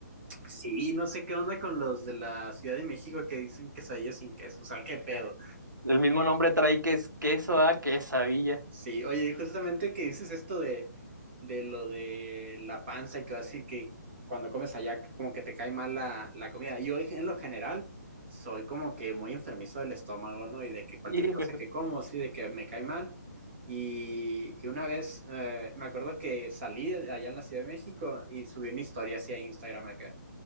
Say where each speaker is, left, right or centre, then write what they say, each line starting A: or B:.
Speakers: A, on the right (about 35°); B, on the right (about 85°).
A: Sí, no sé qué onda con los de la Ciudad de México que dicen quesadillas sin queso, o sea, qué pedo.
B: Ya. El mismo nombre trae que es queso a quesadilla.
A: Sí, oye, y justamente que dices esto de, de lo de la panza y que así que cuando comes allá que como que te cae mal la, la comida. Yo en lo general soy como que muy enfermizo del estómago, ¿no? Y de que cualquier
B: Hijo,
A: cosa
B: eso.
A: que como, sí, de que me cae mal. Y, y una vez eh, me acuerdo que salí allá en la Ciudad de México y subí una historia así a Instagram acá